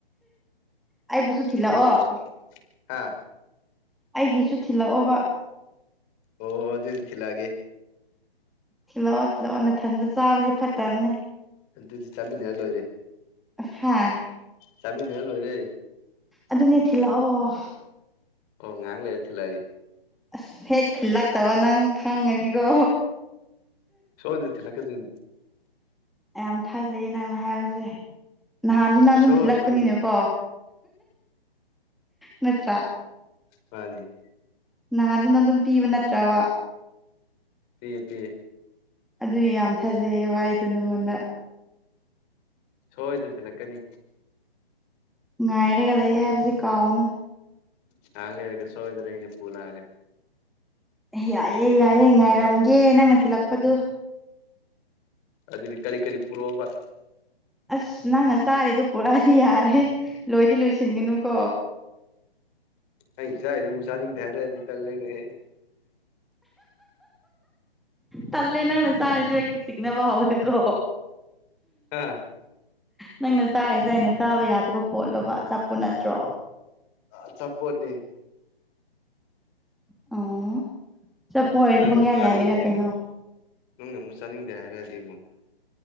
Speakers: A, in the centre; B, on the left.
A: ꯑꯩꯕꯨꯁꯨ ꯊꯤꯜꯂꯛꯑꯣ
B: ꯁꯨꯝ ꯍꯥꯥ
A: ꯑꯩꯒꯤꯁꯨ ꯊꯤꯜꯂꯛꯑꯣꯕ
B: ꯑꯣ ꯑꯗꯨꯗꯤ ꯊꯤꯜꯂꯛꯑꯒꯦ
A: ꯊꯤꯜꯂꯛꯑꯣ ꯊꯤꯜꯂꯛꯑꯣ ꯅꯥꯊꯟꯗ ꯆꯥꯕꯁꯦ ꯐꯠꯇꯕꯅꯦ
B: ꯑꯗꯨꯗꯤ ꯆꯥꯃꯤꯟꯅꯔ ꯂꯣꯏꯔꯦ
A: ꯑꯁ ꯍꯥꯥꯏ
B: ꯆꯥꯃꯤꯟꯅꯔ ꯂꯣꯏꯔꯦ
A: ꯑꯗꯨꯅꯦ ꯊꯤꯟꯂꯛꯑꯣ
B: ꯑꯣ ꯉꯥꯏꯍꯥꯛ ꯂꯩꯔ ꯊꯤꯟꯂꯛꯑꯒꯦ
A: ꯑꯁ ꯍꯦꯛ ꯊꯤꯜꯂꯛꯇꯕ ꯅꯪ ꯈꯪꯒꯅꯤꯀꯣ
B: ꯁꯣꯏꯗ ꯊꯤꯟꯂꯛꯀꯗꯣꯏꯅꯤ
A: ꯌꯥꯝ ꯊꯥꯖꯩꯌꯦ ꯅꯪꯅ ꯍꯥꯏꯕꯁꯦ ꯅꯍꯥꯟꯁꯨ ꯅꯪ ꯑꯗꯨꯝ
B: ꯁꯨꯡꯁꯣꯏ
A: ꯊꯤꯜꯂꯛꯄꯅꯤꯅꯀꯣ
B: ꯁꯣꯏꯗꯅ
A: ꯅꯠꯇ꯭ꯔꯥ
B: ꯃꯥꯅꯤ
A: ꯅꯍꯥꯟꯁꯨ ꯅꯪ ꯑꯗꯨꯝ ꯄꯤꯕ ꯅꯠꯇ꯭ꯔꯕ
B: ꯄꯤꯌꯦ ꯄꯤꯌꯦ
A: ꯑꯗꯨꯏ ꯌꯥꯝ ꯊꯖꯩꯌꯦꯕ ꯑꯩꯗꯣ ꯅꯉꯣꯟꯗ
B: ꯁꯣꯏꯗꯅ ꯊꯤꯟꯂꯛꯀꯅꯤ
A: ꯉꯥꯏꯔꯒ ꯂꯩꯌꯦ ꯍꯥꯏꯕꯁꯦ ꯀꯥꯎꯅꯣ
B: ꯉꯍꯥꯛ ꯂꯩꯔꯒ ꯁꯣꯏꯗꯅ ꯑꯩꯅ ꯄꯨꯔ ꯂꯥꯛꯑꯅꯤ
A: ꯌꯥꯏꯌꯦ ꯌꯥꯏꯌꯦ ꯉꯥꯏꯔꯝꯒꯦ ꯅꯪꯅ ꯊꯤꯜꯂꯛꯄꯗꯨ
B: ꯑꯗꯨꯗꯤ ꯀꯔꯤ ꯀꯔꯤ ꯄꯨꯔꯛꯑꯣꯕ
A: ꯑꯁ ꯅꯪꯅ ꯆꯥꯔꯤꯗꯣ ꯄꯨꯔꯛꯑꯗꯤ ꯌꯥꯔꯦ ꯂꯣꯏꯗꯤ ꯂꯣꯏꯁꯤꯟꯒꯅꯨ ꯀꯣ
B: ꯑꯩꯅ ꯆꯥꯔꯤꯁꯦ ꯑꯃꯨꯛ ꯆꯥꯅꯤꯡꯗꯦ ꯍꯥꯏꯔꯛꯑꯗꯤ ꯇꯟꯂꯦꯅꯦꯍꯦ <inaudible>
A: ꯇꯜꯂꯦ ꯅꯪꯅ ꯆꯥꯔꯤꯖꯦ ꯆꯤꯡꯅꯕ ꯍꯥꯎꯔꯦꯀꯣ
B: ꯍꯥ
A: ꯅꯪꯅ ꯆꯥꯔꯤꯁꯦ ꯑꯩꯅ ꯆꯥꯕ ꯌꯥꯗꯕ ꯄꯣꯠꯂꯣꯕ ꯑꯆꯥꯄꯣꯠ ꯅꯠꯇ꯭ꯔꯣ
B: ꯑ ꯑꯆꯥꯄꯣꯠꯅꯦ
A: ꯑꯣ ꯑꯆꯥꯄꯣꯠ ꯑꯣꯏꯔꯗꯤ
B: ꯑꯗꯨ ꯅꯪꯅ
A: ꯄꯪꯌꯥ
B: ꯑꯃꯨꯛ ꯆꯥꯅꯤꯡꯗꯦ
A: ꯌꯥꯥꯏꯌꯦꯗ ꯀꯩꯅꯣ
B: ꯅꯪꯅ ꯑꯃꯨꯛ ꯆꯥꯅꯤꯡꯗꯦ ꯍꯥꯏꯔꯛꯑꯗꯤ ꯑꯃꯨꯛ